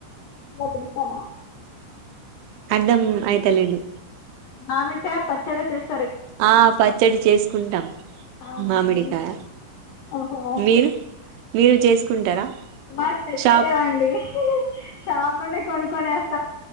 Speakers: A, on the left; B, on the right.
A: పచ్చడ చేస్తారా
B: అర్ధం అయితలేదు
A: మామిడి కాయ పచ్చడ చెస్
B: ఆ పచ్చడి చేసుకుంటాం
A: అవునండి
B: మామిడికాయ
A: ఓహో
B: మీరు మీరు చేసుకుంటారా
A: మా చెట్లే
B: షాప్
A: లేవండి షాప్ నుండే కొనుకొని వస్